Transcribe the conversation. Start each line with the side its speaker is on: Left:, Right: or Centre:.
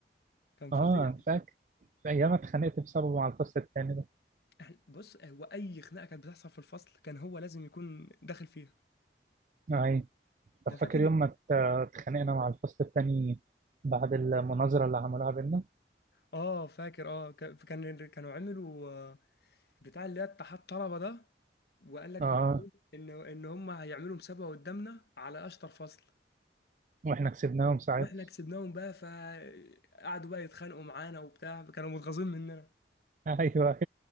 Left: كان فظيع
Right: اه فاكر ايام اتخانقت بسببه مع الفصل التاني ده
Left: احنا بص هو اي خناقه كانت بتحصل في الفصل كان هو لازم يكون داخل فيها
Right: آه، اي
Left: ده
Right: طب فاكر
Left: فاكر
Right: يوم ما ات- اتخانقنا مع الفصل التاني بعد المناظرة اللي عملوها بينا
Left: اه فاكر اه ك- كان كانوا عملوا آه، بتاع اللي هي اتحاد طلبه ده وقال لك
Right: اه آه.
Left: ان ان هم هيعملوا مسابقه قدامنا على اشطر فصل
Right: واحنا كسبناهم ساعتها
Left: واحنا كسبناهم بقى فقعدوا بقى يتخانقوا معانا وبتاع كانوا متغاظين مننا
Right: <laughs> ايوه